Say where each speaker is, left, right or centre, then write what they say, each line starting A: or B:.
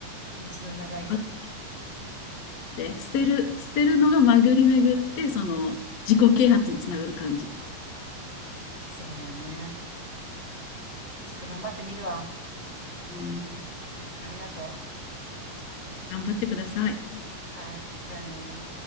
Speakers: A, on the left (about 25°); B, on the left (about 60°).
A: 道のり長いけど。
B: 頑張って、捨てる、捨てるのが巡り巡って、その自己啓発につながる感じ。
A: そうだよね。ちょっと頑張ってみるわ。
B: うん、
A: うん、ありがと
B: 頑張ってください。
A: う。うん、はい、じゃあね。